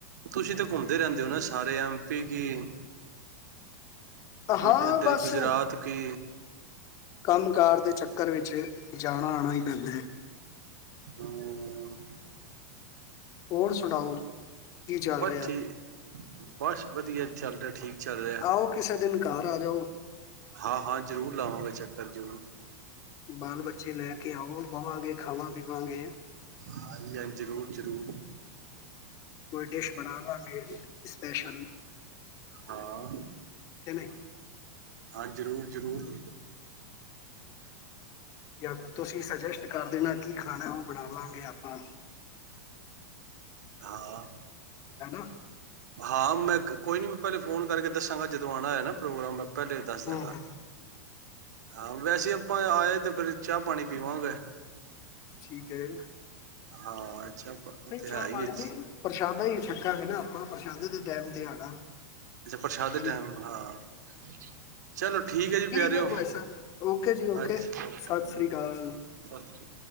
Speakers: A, on the right; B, on the left.
A: ਤੁਸੀਂ ਤਾਂ ਘੁੰਮਦੇ ਰਹਿੰਦੇ ਹੋ ਨਾ, ਸਾਰੇ ਐਮ ਪੀ ਕੀ
B: ਹਾਂ
A: ਇਧਰ
B: ਬਸ
A: ਗੁਜਰਾਤ ਕੀ
B: ਕੰਮ ਕਾਰ ਦੇ ਚੱਕਰ ਵਿੱਚ, ਜਾਣਾ -ਆਉਣਾ ਹੀ ਪੈਂਦਾ ਹੈ।
A: ਹਮ
B: ਹੋਰ ਸੁਣਾਓ? ਕੀ ਚੱਲ
A: ਬਸ
B: ਰਿਹਾ
A: ਠੀਕ ਬਸ। ਵਧੀਆ ਚੱਲ ਰਿਹਾ ਠੀਕ। ਚੱਲ
B: ਆਓ, ਕਿਸੇ ਦਿਨ ਘਰ ਆ ਜਾਓ।
A: ਹਾਂ-ਹਾਂ ਜ਼ਰੂਰ ਲਾਵਾਂਗੇ ਚੱਕਰ ਜ਼ਰੂਰ।
B: ਬਾਲ- ਬਚੇ ਲੈ ਕੇ ਆਓ, ਬਵਾਂਗੇ, ਖਾਵਾਂ -ਪੀਵਾਂਗੇ
A: ਹਾਂਜੀ-ਹਾਂਜੀ ਜ਼ਰੂਰ-ਜ਼ਰੂਰ।
B: ਕੋਈ ਡਿਸ਼ ਬਣਾ ਲਾਂਗੇ ਸਪੈਸ਼ਲ।
A: ਹਾਂ।
B: ਕੇ ਨਈ?
A: ਹਾਂ ਜ਼ਰੂਰ ਜ਼ਰੂਰ।
B: ਯਾ ਤੁਸੀਂ ਸਜੈਸਟ ਕਰ ਦੇਣਾ ਕੀ ਖਾਣੈ, ਉਹ ਬਣਾਲਾਂਗੇ ਆਪਾਂ।
A: ਹਾਂ
B: ਹਨਾ।
A: ਹਾਂ, ਮੈਂ ਕੋਈ ਨੀ, ਮੈਂ ਪਹਿਲੇ ਫੋਨ ਕਰਕੇ ਦੱਸਾਂਗਾ ਜਦੋਂ ਆਣਾ ਹੋਇਆ ਨਾ, ਪ੍ਰੋਗਰਾਮ। ਪਹਿਲੇ ਦੱਸ ਦਿਆਂਗਾ।
B: ਹੂੰ ਹੂੰ
A: ਹਾਂ, ਵੈਸੇ ਆਪਾਂ ਆਏ ਤੇ ਫੇਰ ਚਾਹ ਪਾਣੀ ਪੀਵਾਂਗੇ।
B: ਠੀਕ ਹੈ,
A: ਹਾਂ ਅੱਛਾ
B: ਨਹੀਂ
A: ਤੇ
B: ਚਾਹ
A: ਹੈ ਹੀ
B: ਪਾਣੀ
A: ਅੱਛਾ
B: ਨਹੀਂ, ਪਰਸ਼ਾਦਾ ਈ ਛੱਕਾਂਗੇ ਨਾ ਆਪਾਂ। ਪ੍ਰਸ਼ਾਦੇ ਦੇ ਟੈਮ ਤੇ ਆਣਾ।
A: ਅੱਛਾ ਪ੍ਰਸ਼ਾਦੇ
B: ਹੈ ਨਹੀਂ
A: ਟੈਮ, ਹਾਂ। ਚਲੋ ਠੀਕ ਐ ਜੀ ਪਿਆਰਿਓ।
B: ਹੈ ਭਾਈ ਸਾਹਿਬ ਓਕੇ ਜੀ ਓਕੇ
A: ਅੱਛਾ ਓਕੇ
B: ਸਤਿ ਸ੍ਰੀ ਅਕਾਲ
A: ਸਤ ਸ੍ਰੀ